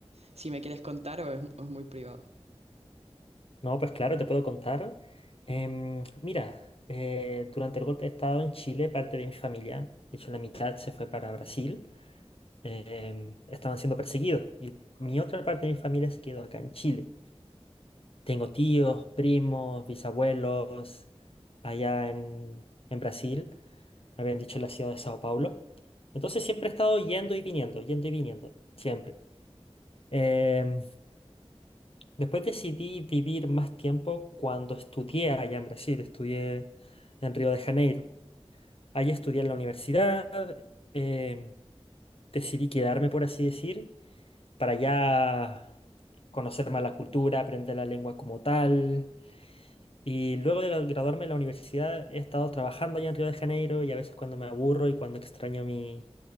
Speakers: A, on the right; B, on the left.
A: Si me quieres contar o es, o es muy privado.
B: No, pues claro, te puedo contar. Em, mira, eh, durante el golpe de estado en Chile, parte de mi familia, de hecho la mitad se fue para Brasil, em, estaban siendo perseguidos y mi otra parte de mi familia se quedó acá en Chile. Tengo tíos, primos, bisabuelos allá en, en Brasil. me habían dicho en la ciudad de Sao Paulo. Entonces siempre he estado yendo y viniendo, yendo y viniendo, siempre. Em, después decidí vivir más tiempo cuando estudié allá en Brasil, estudié en Río de Janeiro. Allí estudié en la universidad, em, decidí quedarme, por así decir, para ya conocer más la cultura, aprender la lengua como tal. Y luego de graduarme de la universidad he estado trabajando allá en Río de Janeiro y a veces cuando me aburro y cuando extraño mi,